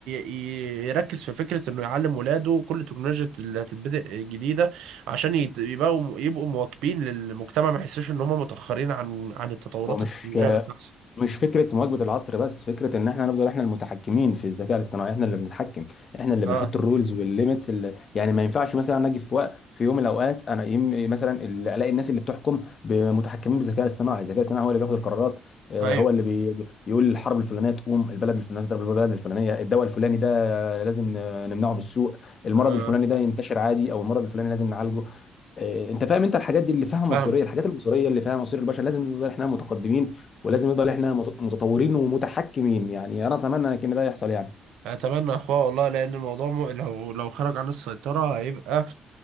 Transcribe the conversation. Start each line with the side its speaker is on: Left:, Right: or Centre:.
Right: ي- يركز في فكرة انه يعلم ولاده كل التكنولوجيا اللي هتتبدأ جديدة عشان يت- يبقوا يبقوا مواكبين للمجتمع ما يحسوش ان هم متأخرين عن عن التطورات
Left: هو مش
Right: التكنولوجية اللي بتحصل
Left: مش فكره مواكبه العصر بس فكره ان احنا نفضل احنا المتحكمين في الذكاء الاصطناعي احنا اللي بنتحكم احنا اللي
Right: اه
Left: بنحط الرولز والليميتس اللي يعني ما ينفعش مثلا انا اجي في وقت في يوم من الاوقات انا يم- مثلا ال- الاقي الناس اللي بتحكم ب- متحكمين بالذكاء الاصطناعي الذكاء الاصطناعي هو اللي بياخد القرارات آه،
Right: ايوه
Left: هو اللي بي بي- يقول الحرب الفلانيه تقوم البلد الفلانيه تضرب البلد الفلانيه الدواء الفلاني ده لازم ن- نمنعه من السوق المرض
Right: اه
Left: الفلاني ده ينتشر عادي او المرض الفلاني لازم نعالجه آه، انت فاهم انت الحاجات دي اللي فيها مصيريه
Right: فاهمك
Left: الحاجات المصيريه اللي فيها مصير البشر لازم نفضل احنا متقدمين ولازم
Right: م.
Left: نفضل احنا مت- متطورين ومتحكمين يعني انا اتمنى ان ده يحصل يعني
Right: اتمنى يا اخويا والله لان الموضوع م... لو لو خرج عن السيطرة هيبقى